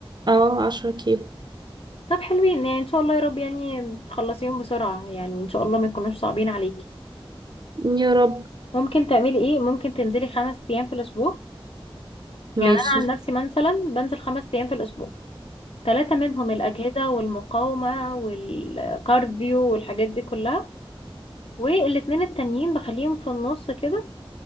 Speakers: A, on the right; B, on the left.
A: اه عشرة كيلو
B: طب حلوين يعني ان شاء الله يا رب يعني تخلصيهم بسرعة يعني ان شاء الله ما يكونوش صعبين عليكي
A: يا رب
B: ممكن تعملي ايه ممكن تنزلي خمس ايام في الاسبوع يعني
A: ماشي
B: انا عن نفسي مثلا بنزل خمس ايام في الاسبوع ثلاثة منهم الاجهزة والمقاومة والكارديو والحاجات دي كلها والاتنين التانيين بخليهم في النص كده